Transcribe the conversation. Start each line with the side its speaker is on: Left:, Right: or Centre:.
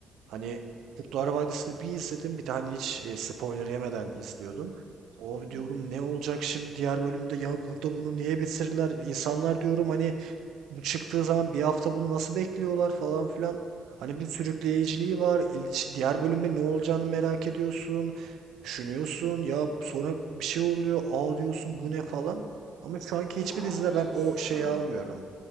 Right: hani Kurtlar Vadisi'ni bir izledim. Bir de hani hiç e, spoiler yemeden izliyordum. O diyorum
Centre: Hı.
Right: ne olacak şimdi diğer bölümde ya burada bunu niye bitirdiler? İnsanlar diyorum hani bu çıktığı zaman bir hafta bunu nasıl bekliyorlar falan filan. Hani bir sürükleyiciliği var. İl- işte Diğer bölümde ne olacağını merak ediyorsun. Düşünüyorsun ya sonra bir şey oluyor. Aa diyorsun bu ne falan. Ama şu anki
Centre: Ama
Right: hiçbir dizide
Centre: onun da ilk
Right: ben o
Centre: sezonu
Right: şeyi almıyorum.